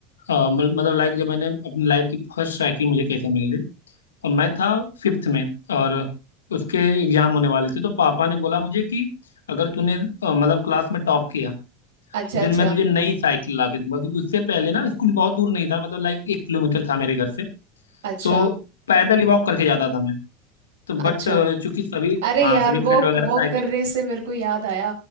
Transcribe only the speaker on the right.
अच्छा
अच्छा
अच्छा
अच्छा
अरे
यार
वॉक
वॉक
करने से मेरे को याद आया